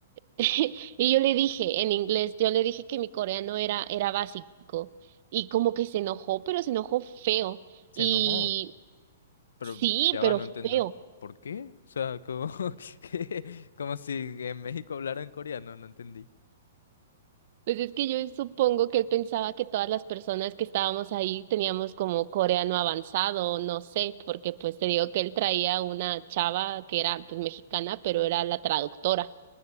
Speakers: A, on the right; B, on the left.
A: <laughs> Y yo le dije en inglés, yo le dije que mi coreano era, era básico. Y como que se enojó, pero se enojó feo.
B: Se
A: Y
B: enojó, pero
A: sí,
B: ya
A: pero
B: va, no entiendo.
A: feo.
B: ¿Por qué? O sea, como, <laughs> como si en México hablaran coreano, no entendí.
A: Pues es que yo supongo que él pensaba que todas las personas que estábamos ahí teníamos como coreano avanzado, no sé, porque pues te digo que él traía una chava que era pues mexicana, pero era la traductora.